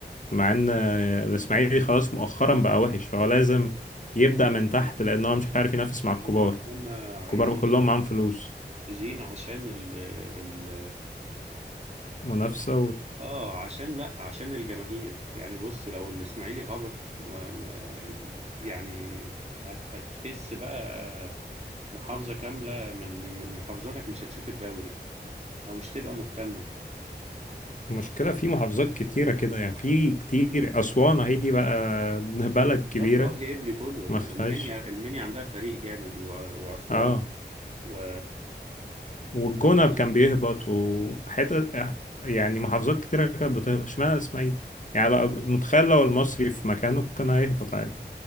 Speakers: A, on the left; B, on the right.
A: مع ان الاسماعيلي خلاص مؤخرا بقى وحش فهو لازم يبدأ من تحت
B: <laughs>
A: لان هو مش عارف ينافس مع الكبار
B: هم هم عايزين
A: الكبار كلهم معاهم فلوس
B: عايزين عشان ال ال
A: منافسة
B: اه عشان لا عشان الجماهير يعني بص لو الاسماعيلي هبط ما ما يعني هت هتخس بقى محافظة كاملة من من محافظاتك مش هتشوف الدوري او مش تبقى مهتمة
A: والمشكلة في محافظات كتيرة كده يعني في كتير أسوان اهي دي بقى <laughs> بلد
B: بالظبط
A: كبيرة
B: وجه قبلي كله
A: ما فيهاش
B: المنيا المنيا عندها فريق جامد و- واسوان
A: اه
B: و
A: والجونة
B: وبرضه عندك
A: كان بيهبط وحتة يعني محافظات كتيرة كانت بتهبط اشمعنى الاسماعيلي يعني بقى متخيل لو المصري في مكانه كان هيهبط عادي